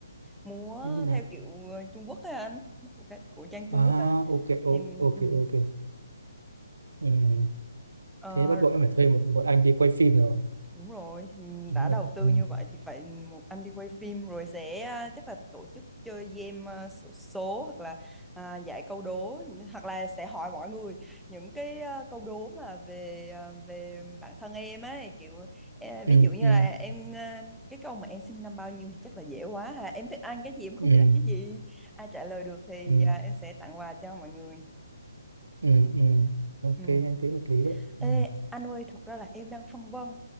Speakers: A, in the centre; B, on the right.
A: múa
B: anh cũng nào
A: theo kiểu ờ, Trung Quốc á anh của, cái- của Trang Trung
B: à
A: Quốc á
B: ok
A: em
B: o- ok
A: ừ.
B: ok ừ.
A: ờ,
B: thế bắt buộc em phải thuê một một anh đi quay phim rồi
A: Đúng rồi, ừ,
B: đúng
A: đã
B: rồi
A: đầu
B: đó.
A: tư
B: ừ.
A: như vậy thì phải một anh đi quay phim rồi sẽ à, chắc là tổ chức chơi game à, xổ số, hoặc là à, giải câu đố hoặc là sẽ hỏi mọi người những cái à, câu đố mà về à, về bản thân em ấy kiểu à,
B: Ừ.
A: ví dụ như
B: Ừ.
A: là em à, cái câu mà em sinh năm bao nhiêu thì chắc là dễ quá ha. Em thích ăn cái gì em không
B: Ừ.
A: thích ăn cái gì. Ai trả lời được thì
B: Ừ.
A: à, em sẽ tặng quà cho mọi người.
B: Ừ. Ừ. ok
A: Ừ.
B: anh thấy hợp lý đấy
A: Ê,
B: ừ.
A: anh ơi, thực ra là em đang phân vân